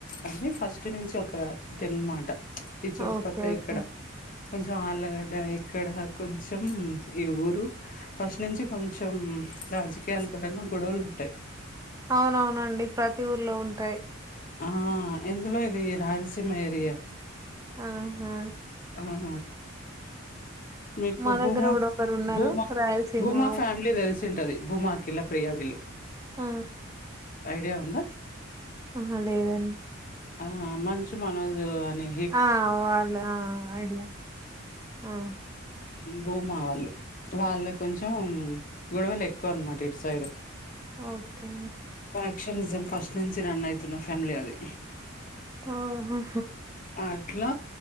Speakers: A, on the left; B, on the right.
A: అని ఫస్ట్ నుంచి ఒక తిన్నమాట ఈ చుట్టుపక్కల
B: ఓకే. ఓకే.
A: ఇక్కడ కొంచెం ఆళ్ల ఇక్కడ కొంచెం ఈ ఊరు ఫస్ట్ నుంచి కొంచెం రాజకీయాల పరంగా గొడవలు ఉంటాయి
B: అవునవునండి ప్రతి ఊర్లో ఉంటాయి
A: ఆ ఎందులో ఇది రాయలసీమ ఏరియా
B: ఆహా
A: ఆహా మీకు
B: మా
A: భూమా
B: దగ్గర గూడా ఒకరున్నారు.
A: భూమా
B: రాయలసీమ
A: భూమా
B: వాళ్ళు.
A: ఫ్యామిలీ తెలుస తింటది భూమా అఖిల ప్రియా వీళ్ళు
B: ఆ
A: ఐడియా ఉందా
B: ఆహ లేదండి
A: ఆ మంచు మనోజ్ అని
B: ఆవాలా ఆ అడి ఆ
A: భూమా వాళ్ళు వాళ్ళు కొంచెం గొడవలు ఎక్కువ అనమాట ఇటు సైడ్
B: ఓకే
A: ఫ్యాక్షనిజం ఫస్ట్ నుంచి రన్ అయితున్న ఫ్యామిలీ అది
B: ఓహోహో
A: అట్లా